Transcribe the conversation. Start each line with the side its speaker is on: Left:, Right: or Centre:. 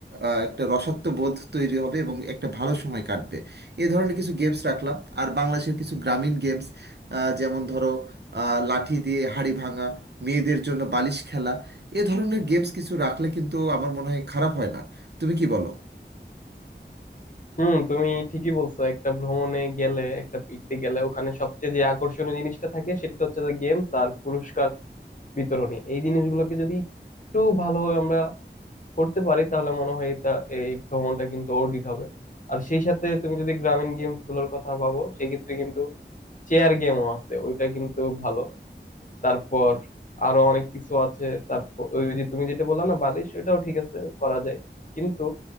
Right: আহ, একটা রসত্ববোধ তৈরি হবে এবং একটা ভালো সময় কাটবে এ ধরনের কিছু গেমস রাখলাম আর বাংলাদেশের কিছু গ্রামীণ গেমস যেমন ধরো আহ, লাঠি দিয়ে হাড়ি ভাঙা মেয়েদের জন্য বালিশ খেলা এ ধরনের গেমস কিছু রাখলে কিন্তু আমার মনে হয় খারাপ হয় না তুমি কি বলো
Left: হুম তুমি ঠিকই বলছো একটা ভ্রমণে গেলে একটা পিকতে গেলে ওখানে সবচেয়ে যে আকর্ষণীয় জিনিসটা থাকে সেটা হচ্ছে যে গেমস আর পুরস্কার বিতরণী এই জিনিসগুলোকে যদি একটু ভালোভাবে আমরা করতে পারি তাহলে মনে হয় এটা এই ভ্রমণটা কিন্তু অর্জিত হবে আর সেই সাথে তুমি যদি গ্রামীণ গেমস গুলোর কথা ভাবো সেই ক্ষেত্রে কিন্তু চেয়ার গেমও আছে ওইটা কিন্তু ভালো তারপর আরো অনেক কিছু আছে তারপর ওই যে তুমি যেটা বললা না বালিশ ওইটাও ঠিক আছে করা যায় কিন্তু